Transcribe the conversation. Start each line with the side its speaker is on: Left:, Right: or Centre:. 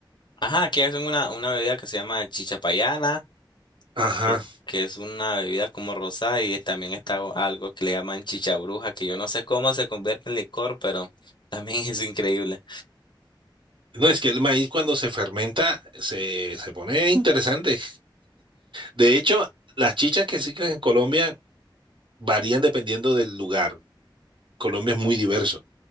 Left: Ajá, aquí hacen una, una bebida que se llama chichapayana
Right: Ajá.
Left: que que es una bebida como rosada y también está o- algo que le llaman chicha bruja, que yo no sé cómo se convierte en licor, pero también <laughs> es increíble.
Right: No, es que el maíz cuando se fermenta se, se pone interesante. De hecho, las chichas que existen en Colombia varían dependiendo del lugar. Colombia es muy diverso.